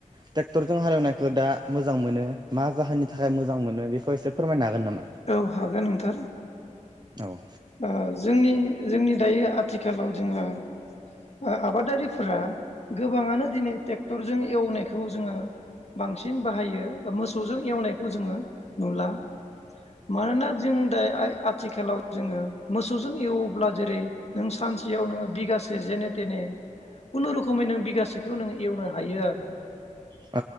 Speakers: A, on the right (about 30°); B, on the left (about 50°).
A: ट्रेक्टरजों हालेवनायखौ दा मोजां मोनो मा जाहोननि थाखाय मोज मोजां मोनो बेखौ एसे फोरमायनो हागोन नामा?
B: औ हागोन नोंथां
A: औ
B: ओ जोंनि जोंनि दायो आथिखालाव जोङो ओ आबादारिफोरा गोबाङानो दिनै टेक्टरजों एवनायखौ जोङो बांसिन बाहायो मोसौजों एवनायखौ जोङो नुला। मानोना जों दाय आइ आथिखालाव जोङो मोसौजों एवोब्ला जेरै नों सानसेयाव नोङो बिगासे जेन थेने खुनुरुखुमै नों बिगासेखौ नों एवनो हायो आरो।
A: औ